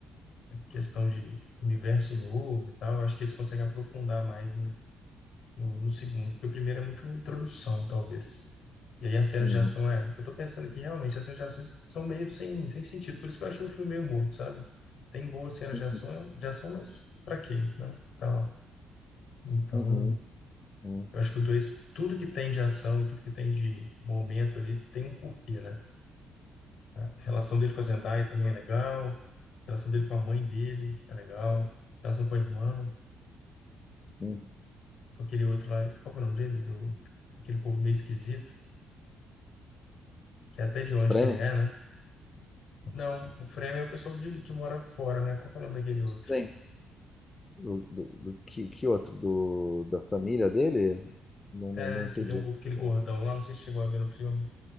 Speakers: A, on the left; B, on the left.
A: questão de universo novo e tal, eu acho que eles conseguem aprofundar mais no, no, no segundo, porque o primeiro é muito introdução, talvez. E aí as cenas
B: Uhum.
A: de ação é. Eu tô pensando que realmente as cenas de ação são meio sem, sem sentido, por isso que eu achei o filme meio morto, sabe? Tem boas cenas
B: Uhum.
A: de ação, de ação, mas pra quê, né? Tá lá. Então,
B: Uhum. Uhum.
A: eu acho que o dois, tudo que tem de ação, tudo que tem de momento ali, tem um porquê, né? A relação dele com a Zendaya também é legal, a relação dele com a mãe dele é legal, a relação com a irmã,
B: Uhum.
A: com aquele outro lá, qual que é o nome dele? Do, aquele povo meio esquisito, que é até de onde
B: Fremen?
A: que ele é, né? Não, o Frame é o pessoal de, que mora fora, né? Qual que é o nome daquele outro?
B: Sim. Do, do, do- que, que outro? Do, da família dele? Não,
A: É,
B: não, não entendi.
A: que tem um, aquele
B: Então,
A: gordão lá, não sei se chegou a ver no filme.